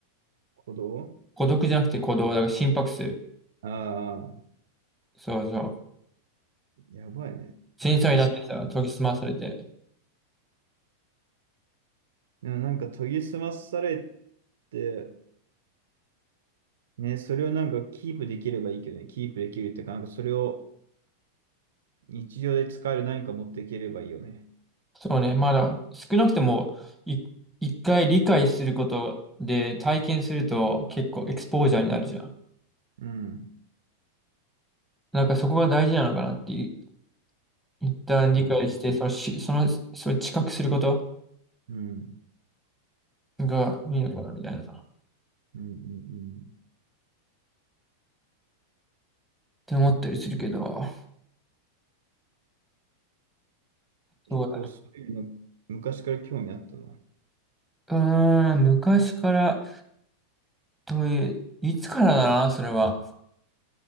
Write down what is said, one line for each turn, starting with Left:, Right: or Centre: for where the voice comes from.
Right: 孤独
Centre: 孤独じゃなくて鼓動。だから心拍数。
Right: ああ、
Centre: そうそう。
Right: やばいね。
Centre: 繊細になってさ、
Right: すごい。
Centre: 研ぎ澄まされて。
Right: でもなんか研ぎ澄まされて、ね、それをなんかキープできればいいけどね。キープできるっていうか、なんかそれを日常で使える何か持っていければいいよね。
Centre: そうね、まだ少なくともい一回理解することで体験すると結構エクスポージャーになるじゃん。
Right: うん。
Centre: なんかそこが大事なのかなっていう一旦理解して、
Right: うん。
Centre: そのし、その、それ知覚すること
Right: うん。
Centre: がいいのかなみたいな。っ
Right: うん。うん。うん
Centre: て思ったりするけど、
Right: 結構そういうの昔から興味あったな。
Centre: そうだね。うーん、昔から、どういう、いつからだな、それは。